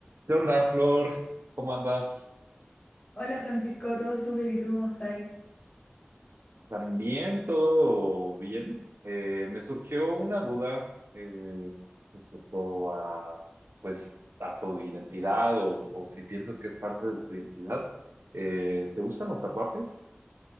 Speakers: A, on the right; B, on the left.
A: ¿Qué onda, Flor? ¿Cómo andas?
B: Hola Francisco, todo súper, ¿y tú cómo estás?
A: ¿También todo bien? Eh, me surgió una duda eh, respecto a, pues, a tu identidad o, o si piensas que es parte de tu identidad. Eh, ¿te gustan los tatuajes?